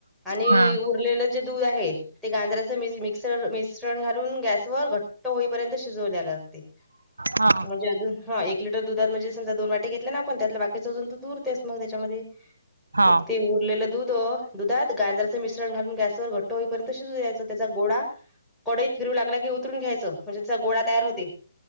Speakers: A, in the centre; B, on the right (about 85°).
A: आणि
B: हा
A: उरलेलं, जे दूध आहे ते गांजराच मिस-मिक्सर, मिश्रण घालून, गॅसवर घट्ट होईपर्यंत, शिजवू द्याय लागते.
B: हा
A: म्हणजे, अजून हां, एक लिटर दुधात, म्हणजे समजा दोन वाट्या घेतल्या ना आपण, त्यातलं बाकीच अजून, दूध उरतेस मग त्याच्यामध्ये.
B: हा
A: मग, ते उरलेलं दूध अ, दुधात गाजराचं मिश्रण घालून, गॅस वर घट्ट होईपर्यंत, शिजू द्यायचं, त्याचा गोळा कडईत फिरू लागला की, उतरून घ्यायचं, म्हणजे त्याचा गोळा तयार होते.